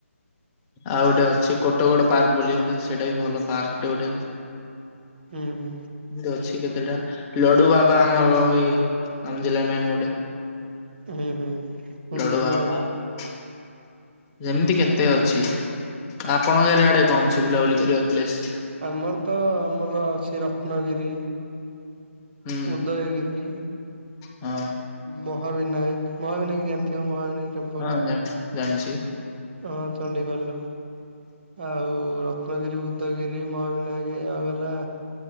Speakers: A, on the left; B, on the right.
A: ଆଉ ଗୋଟେ ଅଛି କୋଟଗଡ ପାର୍କ ବୋଲି ଗୋଟେ ସେଇଟା ବି ଭଲ ପାର୍କଟେ ଗୋଟେ।
B: ହୁଁ ହୁଁ
A: ଏମତି ଅଛି କେତେଟା। ଲଡୁ ବାବା ଆମର ଏ ଆମ ଜିଲ୍ଲା ମେନ୍ ଗୋଟେ।
B: ହୁଁ ହୁଁ ଶୁଣିଛି
A: ଲଡ଼ୁ ବାବା
B: ଯାଇ
A: ପା ଯେମିତି କେତେ ଅଛି। ଆପଣଙ୍କ ଏରିଆ ଆଡେ କଣ ଅଛି ବୁଲାବୁଲି କରିବାକୁ ପ୍ଲେସ?
B: ଆମର ତ ଆମର ଅଛି ରତ୍ନଗିରି।
A: ହୁଁ
B: ଉଦୟଗିରି।
A: ହଁ
B: ମହାବିନାୟକ, ମହାବିନାୟକ ଜାଣିଥିବେ, ମହାବିନାୟକ ଟେମ୍ପଲ।
A: ହଁ ଜାଣି ଜାଣିଛି
B: ହଁ ଚଣ୍ଡିଖୋଲର। ଆଉ ରତ୍ନଗିରି, ଉଦୟଗିରି, ମହାବିନାୟକ, ଆଉ ହେଲା-